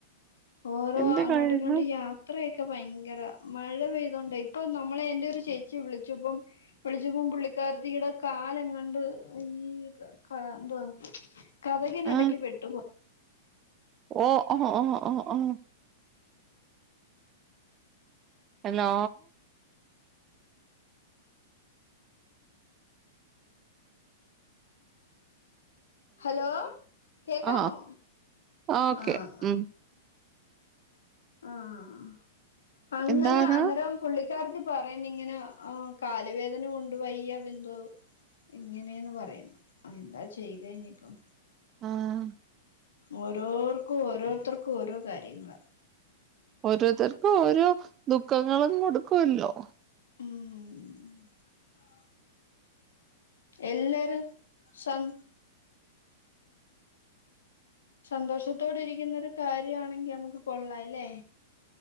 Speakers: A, on the left (about 70°); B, on the right (about 30°).
A: ഓരോ
B: എന്റെ
A: അങ്ങോട്ട്
B: കഴിഞ്ഞു
A: ഇങ്ങോട്ട് യാ ത്രയൊക്കെ ഭയങ്കര മഴ പെയ്തതോണ്ടേ ഇപ്പൊ നമ്മളെ എന്റെ ഒരു ചേച്ചി വിളിച്ചുപ്പം വിളിച്ചുപ്പം പുള്ളിക്കാരത്തിടെ കാല് എങ്ങാണ്ട് അയ് ക എന്തുവാ കതകിനെടക്ക്
B: ആ
A: പെട്ടു
B: ഓ ഓഹ് ഓഹ് ഓഹ് ഓ ഹലോ
A: ഹലോ കേക്കാമോ
B: ആഹ് ഓക്കെ
A: ആഹ
B: ഉം
A: ആഹ അങ്ങനെ
B: എന്താണ്
A: അന്നേരം പുള്ളിക്കാരത്തി പറയന്ന് ഇങ്ങനെ ആ കാല് വേദന കൊണ്ട് വയ്യ ബിന്തു ഇങ്ങനെയന്ന് പറയണം എന്താ ചെയ്യുക ഇനിയിപ്പം
B: ആഹ
A: ഓരോർക്കും ഓരോരുത്തർക്കും ഓരോ കാര്യങ്ങള
B: ഓരോരുത്തർക്കും ഓരോ ദുഃഖങ്ങളും കൊടുക്കുവല്ലോ
A: ഉം എല്ലാരും സം സന്തോഷത്തോടെയിരിക്കുന്ന ഒരു കാര്യണെങ്കിൽ നമുക്ക് കൊള്ളാംല്ലേ